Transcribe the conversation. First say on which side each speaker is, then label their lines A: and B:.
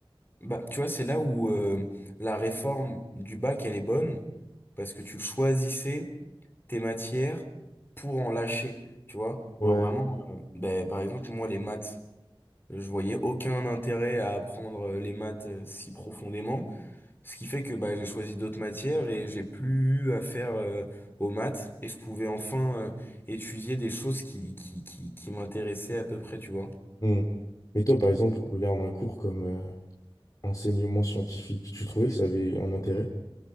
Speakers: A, on the left; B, on the left.
A: Bah, tu vois, c'est là où euh, la réforme du bac, elle est bonne, parce que tu choisissais tes matières pour en lâcher, tu vois.
B: Ouais.
A: Genre vraiment, euh, ben, par exemple, moi, les maths, je voyais aucun intérêt à apprendre euh, les maths euh, si profondément, ce qui fait que bah, j'ai choisi d'autres matières et j'ai plus eu à faire euh, aux maths, et je pouvais enfin euh, étudier des choses qui, qui, qui, qui m'intéressaient à peu près, tu vois.
B: Hmm. Mais toi, par exemple, regarde un cours comme euh, enseignement scientifique. Tu trouvais que ça avait un intérêt?